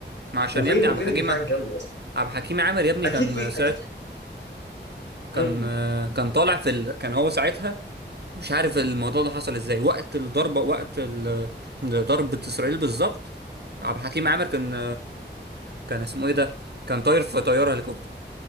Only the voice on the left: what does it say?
وفين
فين
الدفاع الجوي اصلا
اكيد
في
اكيد
امم